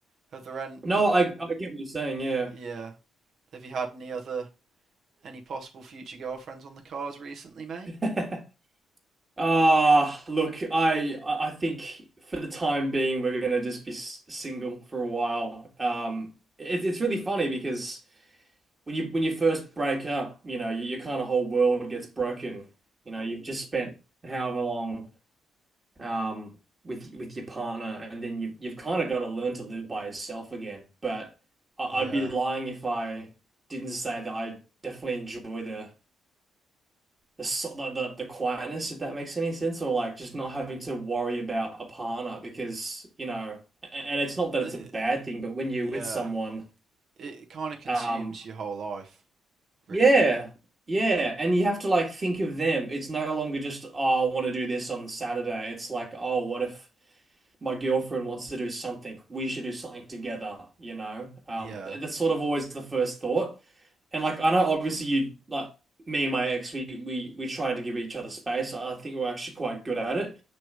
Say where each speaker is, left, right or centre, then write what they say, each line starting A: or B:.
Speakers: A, on the right; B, on the right.
A: Have there any?
B: No,
A: Have,
B: I I get what you're saying. Yeah.
A: yeah. Have you had any other Any possible future girlfriends on the cars recently, mate?
B: <laughs> Ah, look, I I I think for the time being we're gonna just be s- single for a while. Um, it, it's really funny because. when you when you first break up, you know, your, kind of whole world gets broken. You know, you've just spent however long um with with your partner, and then you you've kind of got to learn to live by yourself again. But I,
A: Yeah.
B: I'd be lying if I didn't say that I definitely enjoy the the so- the the the quietness, if that makes any sense, or like just not having to worry about a partner because, you know, a- and it's not that
A: Uh,
B: it's a bad thing, but when you're
A: yeah.
B: with someone.
A: It, kind of consumes
B: Um,
A: your whole life, really.
B: Yeah, yeah, and you have to like think of them. It's no longer just, oh, I want to do this on Saturday. It's like, oh, what if my girlfriend wants to do something? We should do something together, you know? Um,
A: Yeah.
B: that's sort of always the first thought. And like, I know obviously you like me and my ex, we we we try to give each other space. I think we're actually quite good at it,